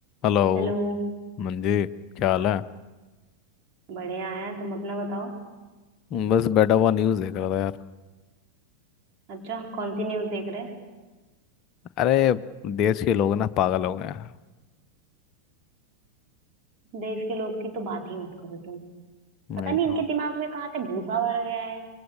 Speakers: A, on the left; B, on the right.
A: हेलो
B: Hello
A: मंजी क्या हाल
B: हाँ
A: है
B: बढ़िया है तुम अपना बताओ
A: बस बैठा हुआ न्यूज़ देख रहा था यार
B: अच्छा कौन सी न्यूज़ देख रहे हैं
A: अरे देश के लोग ना पागल हो गए हैं
B: देश के लोग की तो बात ही मत करो तुम
A: नहीं
B: पता नहीं
A: तो
B: इनके दिमाग में कहाँ से भूसा भर गया है